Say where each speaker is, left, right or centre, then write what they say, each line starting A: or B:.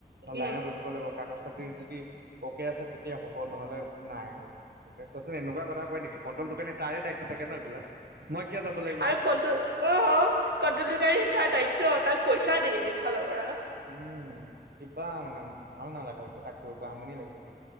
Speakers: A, on the right; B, on the right.
A: আৰু
B: উম
A: লাইনত ৰখিব লাগিব কাগজ পাতি যদি অ'কে আছে তেতিয়া হ'ব নহলে নাই আৰু। এতিয়া চোৱাচোন এনেকুৱা কথা কই নেকি কণ্টলদোকানি তাৰে দায়িত্ব থাকে ন' এইবিলাক। মই কিয় যাব লাগিব
B: আৰু
A: তাত
B: কন অ', কণ্টলদোকানি তাৰ দায়িত্ব তাক পইচা দিয়ে এইফালৰ পৰা।
A: উম, কিবা মানে ভাল নালাগা হৈছে তাক কৈ কৈ আমনি লাগিছে।